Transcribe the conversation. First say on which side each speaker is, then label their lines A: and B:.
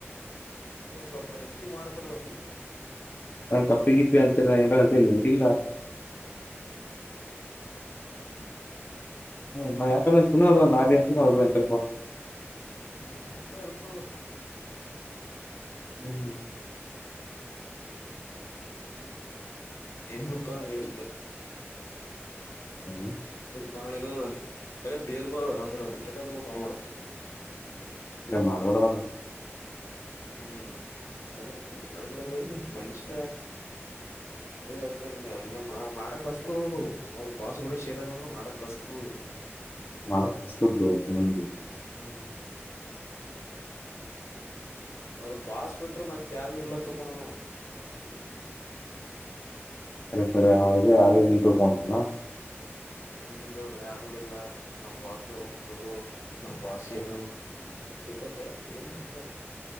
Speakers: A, on the left (about 80°); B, on the left (about 40°).
A: ಸ್ವಲ್ಪ ಹೆಚ್ಚಿಗೆ ಮಾಡ್ತಾರ ಅವರು.
B: ನಾನ ಕಪ್ಪಿ ಗಿಪ್ಪಿ ಅಂತ. ಬಂತನಂಗಿಲ್ಲ. ಹ್ಮ ಯಾಕ್ರು ಅಗ ಅಂತ.
A: ಹ್ಮ್ ಎರ್ಪಲ್ಲ.
B: ಹ್ಮ್ ಹ್ಮ.
A: ಏನುಪ್ಪ. ಇತ.
B: ಹ್ಮ್
A: ಬಾಳ ಇದು ಅರೆ ಭೇದ್ ಭಾವ ಅಂದ್ರೆ ಭೇದ ಭಾವ ಬಾಳ ಮಾಡ್ತ. ಹ್ಮ್ಮ್.
B: ಎಮ್ಮಳಡ ತಂಗ.
A: ಹ್ಮ್ ಅಖರಿ ಮಾಡಬಿಡದು ಮಷ ಇದತ್ತಲ್ಲ ಎಲ್ಲ ಮಾಡಕ್ ಹಸ್ತದದು ಅವ್ರ ಬಸ್ಗೂಡ ಸೇರದಂದ್ರ ಮಾಡಕ್ ಹಸ್ತದದು.
B: ಮಾರ ಪ್ರ ಹ ಹ
A: ಹ್ಮ್ ಅವರು ಬಾಸ್ಪಟ್ರ ಮತ್ತೆ ತಾರ ಇಲ್ಲಾ ತಕಣಾನ ಮನುಷ
B: ಸರಿತರಿ ಯ ನೀನ್ ತೊಗೊಂಡ
A: ಹಳಿಕಿದ್ದವರು ಯಾರು ಎಲ್ಲ ನಾವ್ ಭಾಷೆ ಹೋಗ ಚಲೋ ನಾವ್ ಭಾಷೆನು ತಿಕ್ಕೋತಾರ ಏನ್ಂತ